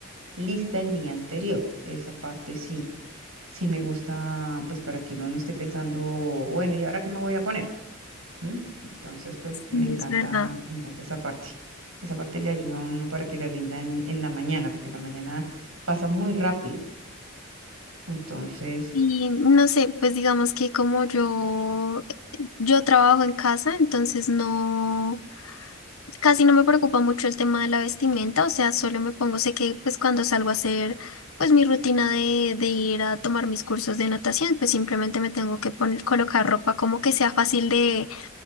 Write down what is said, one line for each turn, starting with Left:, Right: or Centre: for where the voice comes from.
Right: lista el día anterior. Esa parte sí, sí me gusta, pues para que uno no esté pensando, bueno, ¿y ahora qué me voy a poner? ¿m? Entonces, pues
Left: Sí,
Right: me encanta,
Left: es verdad.
Right: me encanta esa parte. Esa parte le ayuda a uno para que le rinda en, en la mañana, porque la mañana pasa muy rápido. Entonces,
Left: Y no sé, pues digamos que como yo, yo trabajo en casa, entonces no... Casi no me preocupa mucho el tema de la vestimenta, o sea, solo me pongo, sé que pues cuando salgo a hacer pues mi rutina de, de ir a tomar mis cursos de natación, pues simplemente me tengo que poner, colocar ropa como que sea fácil de,